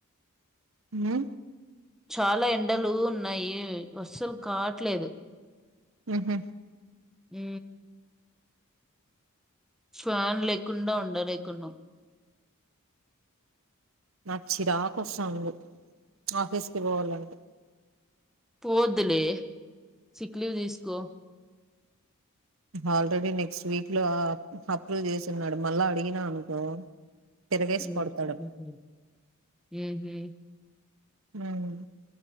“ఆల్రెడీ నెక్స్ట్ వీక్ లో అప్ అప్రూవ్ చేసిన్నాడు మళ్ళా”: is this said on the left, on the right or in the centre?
Right